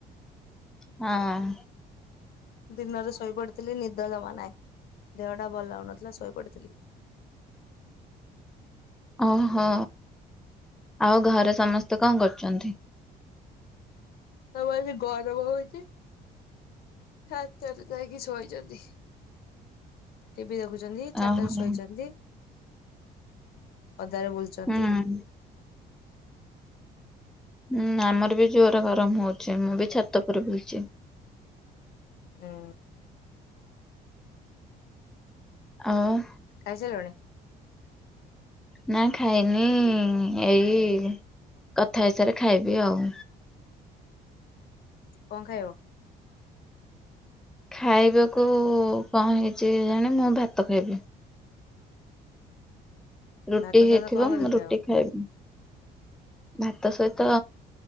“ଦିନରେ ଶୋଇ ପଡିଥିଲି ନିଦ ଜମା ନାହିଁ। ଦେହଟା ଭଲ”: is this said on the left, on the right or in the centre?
Left